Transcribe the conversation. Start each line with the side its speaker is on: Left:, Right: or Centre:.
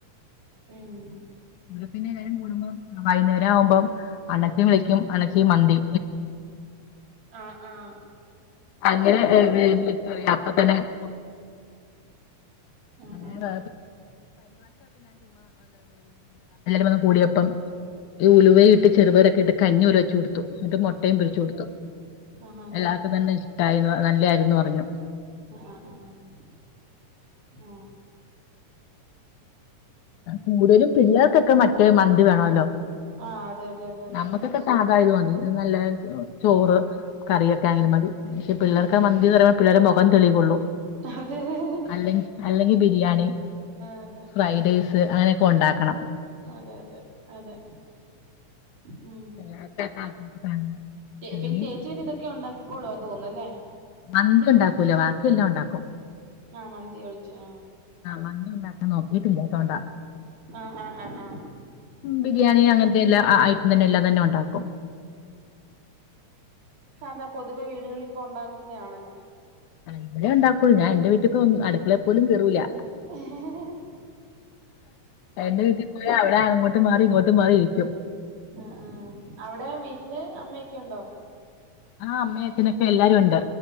Right: ഉം........
Left: ഇ പിന്നെ എഏല്ലരും കൂടുമ്പോം വൈകുന്നേരം ആകുമ്പം അണച്ചി വിളിക്കും അണച്ചി മന്തി........
Right: ആഹ് ആ......
Left: അങ്ങനെ....... <unintelligible> <unintelligible>
Right: ആഹ്
Left: എന്താ
Right: ആഹ്
Left: വ കൂടിയപ്പം ഈ ഉലുവയി ഇട്ട് ചെറുപരൊക്കെ ഇട്ട് കഞ്ഞി..... <unintelligible> മട്ട് മുട്ടയും പിരിച്ച്കൊടുത്തു
Right: ആഹ് ആഹ് ആഹ് ആഹ്
Left: എല്ലാർക്കും തന്നെ ഇഷ്ടമായി ന്നുപറഞ്ഞ്..... ല്ലായിരുന്നു പറഞ്ഞു......
Right: ആഹ് ആഹ് ആഹ് ആഹ്
Left: കൂടുതലും പിള്ളേർക്കൊക്കെ മറ്റേ....... വേണല്ലോ
Right: അതെ അതെ അതെ അതെ
Left: നമ്മുക്കൊക്കെ സാധായത് മതി നല്ല...... ചോറ് കറിയൊക്കെ ആങ്കിലും മതി...... പക്ഷെ പിള്ളേർക്ക്
Right: ഉം ഉം അതെ അതെ
Left: <unintelligible> അല്ലെ അല്ലെങ്കിൽ ബിരിയാണി
Right: അതെ
Left: ഫ്രൈഡ് റൈസ് അങ്ങനെയൊക്കെ ഉണ്ടാക്കണം......
Right: അതെ അതെ അതെ...... ഉ
Left: പിള്ളേർക്കാ താല്പര്യപ്പെട്ട സാധനങ്ങൾ അല്ലെങ്കിൽ
Right: പിന്നെ ചേച്ചീന് ഇതൊക്കെ ഉണ്ടാക്കിക്കോളു..... തോന്നന്ന.....
Left: മന്തി ഉണ്ടാക്കൂല ബാക്കി എല്ലാം ഉണ്ടാക്കും.....
Right: ആ മന്തി ഒളിച്ചേ ആ.....
Left: മന്ം ഉണ്ടാക്കൻ നോക്കിയിട്ട ഇില്ലാത്തോണ്ടാ......
Right: ആഹ ആഹ് ആഹ് ആഹ.........
Left: ബിരിയാണി അങ്ങനത്തെ എല്ലാം ഐറ്റം തന്നെ എല്ലാം തന്നെ ഉണ്ടാക്കും...........
Right: ന്ത പൊതുവെ വീടുകളൾ ഇപ്പൊ ഉണ്ടാക്കുന്നത ആണല്ലോ..........
Left: ഇവിടെേ ഉണ്ടാക്കോുള്ളൂഞാൻന്റെ വീട്ടിപ്പ ഒ അടുക്കളെ പോലും ക കേറൂല്ല
Right: ഹി ഹി.......
Left: എന്റെ വീട്ടിൽ പോയാ അവിടെ അങ്ങോട്ട് മാറി ഇങ്ങോട്ട് മാറി ഇരിക്കും
Right: ആ ഉം അവിടെ വീട്ടില് അമ്മയൊക്കെുണ്ടോ.....
Left: ആ അമ്മയും അച്ഛനൊക്കെ എല്ലാരുണ്ട്